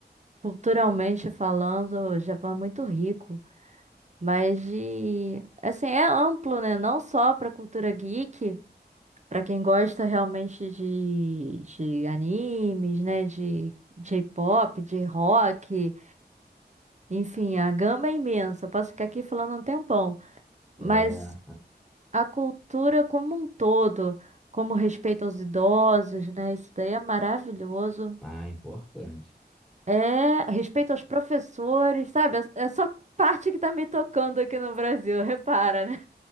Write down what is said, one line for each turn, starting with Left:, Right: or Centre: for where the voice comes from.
Right: Culturalmente falando, o Japão é muito rico, mas de, assim, é amplo, né? Não só para cultura geek, para quem gosta realmente de, de animes, né? De J-pop, de rock, enfim, a gama é imensa. Eu posso ficar aqui falando um tempão, mas
Centre: É,
Right: a cultura como um todo, como respeito aos idosos, né? Isso daí é maravilhoso.
Centre: ah, importante.
Right: É, respeito aos professores, sabe? É é só parte que tá me tocando aqui no Brasil, <laughs> repara, né?